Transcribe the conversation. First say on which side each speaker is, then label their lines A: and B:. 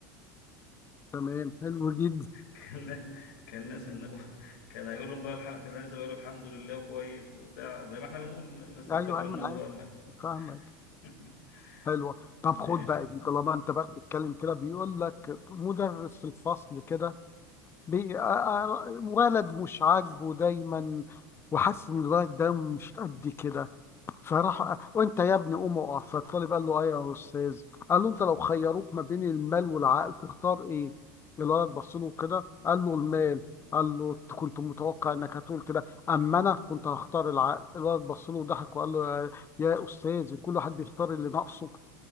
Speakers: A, on the left; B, on the left.
A: تمام حلو جدا
B: كان كان ناس ان ابوه كان هيقول لهم بقى الحق كان لسه بيقول الحمد لله وكويس وبتاع زي ما احنا بنقول بس
A: ايوه
B: افتكر
A: ايمن
B: ان هو
A: عارف
B: م-
A: فاهمك
B: <laughs>
A: حلوه طب
B: ماشي
A: خد بقى دي طالما انت بقى بتتكلم كده بيقول لك مدرس في الفصل كده بي... آ- آ- ولد مش عاجبه دايما وحاسس ان الولد ده مش قد كده فراح وانت يا ابني قوم اقف فالطالب قال له ايه يا استاذ قال له انت لو خيروك ما بين المال والعقل تختار ايه الولد بص له كده قال له المال قال له "أنت كنت متوقع انك هتقول كده اما انا كنت هختار العقل الولد بص له وضحك وقال له يا يا استاذ كل واحد بيختار اللي ناقصه